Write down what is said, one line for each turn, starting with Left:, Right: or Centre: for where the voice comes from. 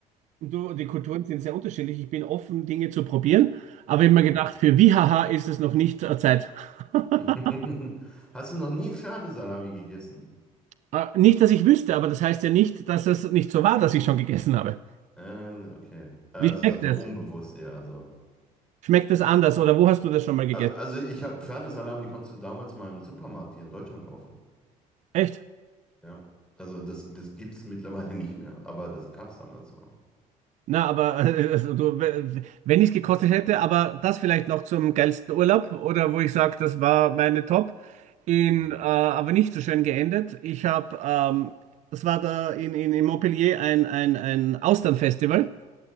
Right: Du, die Kulturen sind sehr unterschiedlich. Ich bin offen, Dinge zu probieren, aber ich habe
Centre: Mhm.
Right: mir gedacht, für Wihaha ist es noch nicht äh, Zeit. <laughs>
Centre: <laughs> Hast du noch nie Pferdesalami gegessen?
Right: Äh, Nicht, dass ich wüsste, aber das heißt ja nicht, dass es nicht so war, dass ich schon gegessen habe.
Centre: Äh, okay. Also
Right: Wie schmeckt
Centre: dann so
Right: es?
Centre: unbewusst eher. Also,
Right: Schmeckt es anders oder wo hast du das schon mal gegessen?
Centre: Aber- also ich habe Pferdesalami konntest du damals mal im Supermarkt hier in Deutschland kaufen.
Right: Echt?
Centre: Ja. Also das, das gibt es mittlerweile nicht mehr, aber das gab es damals noch.
Right: Na, aber äh, also, du, w- wenn ich es gekostet hätte, aber das vielleicht noch zum geilsten Urlaub oder wo ich sage, das war meine Top, in,
Centre: Mhm.
Right: äh, aber nicht so schön geendet. Ich habe, ähm, das war da in, in, in Montpellier ein, ein, ein Austernfestival.